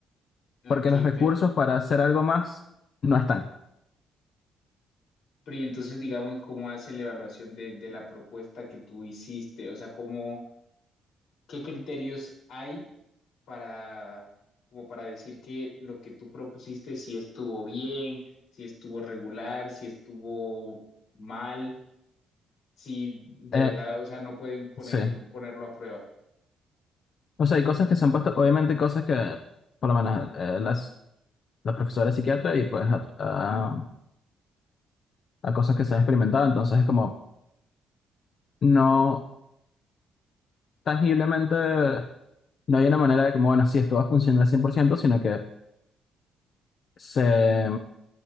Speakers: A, on the left; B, on the left.
A: Ok,
B: porque los recursos
A: pe-
B: para hacer algo más no están.
A: pero, y entonces, digamos, ¿cómo hace la evaluación de, de la propuesta que tú hiciste? O sea, ¿cómo, qué criterios hay para, como para decir que lo que tú propusiste si estuvo bien, si estuvo regular, si estuvo mal, si de
B: Eh,
A: verdad, o sea, no pueden poner,
B: sí,
A: ponerlo a prueba.
B: o sea, hay cosas que se han puesto, obviamente hay cosas que, por lo menos, eh, las, la profesora es psiquiatra y pues a, a- a cosas que se han experimentado, entonces es como, no, tangiblemente, no hay una manera de como, bueno, sí, esto va a funcionar al 100% sino que se...